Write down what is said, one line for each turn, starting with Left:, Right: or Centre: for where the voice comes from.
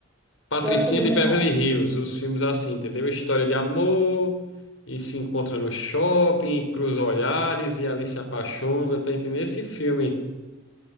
Left: Patricinha
Centre: Gosta do
Left: de
Centre: romance.
Left: Beverly Hills, os filmes assim, entendeu? História de amor e se encontra no shopping, e cruza olhares e ali se apaixona, tá entendendo? Esse filme.